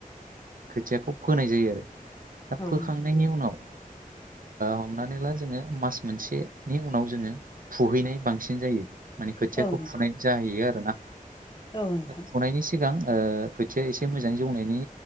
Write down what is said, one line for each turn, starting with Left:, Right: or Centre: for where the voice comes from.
Right: खोथियाखौ फोनाय जायो आरो दा
Left: औ नोंथां
Right: फोखांनायनि उनाव हमनानै ला जोङो मास मोनसेनि उनाव जोङो फुहैनाय बांसिन जायो माने खोथियाखौ
Left: उम
Right: फुनाय जाहैयो आरोना
Left: औ नोंथां
Right: फुनायनि सिगां ओ खोथिया एसे मोजाङै जौनायनि